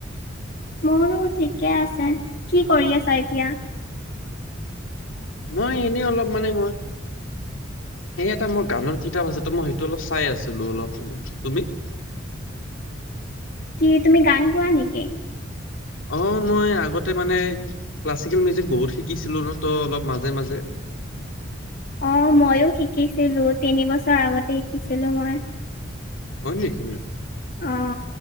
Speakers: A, on the left; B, on the left.
A: মোৰ ঠিকে আছে কি কৰি আছা এতিয়া
B: মই এনে অলপ মানে মই এই এটা মোৰ গানৰ কিতাপ আছে তো মই সেইটো অলপ চাই আছিলো অলপ মানে তুমি <unintelligible>
A: কি তুমি গান গোৱা নেকি
B: অ মই আগতে মানে ক্লাছিকেল মিউজিক বহুত শিকিছিলো ন ত অলপ মাজে মাজে <unintelligible>
A: অ মইও শিকিছিলো তিনিবছৰ আগতে শিকিছিলো মই
B: হয় নেকি
A: অ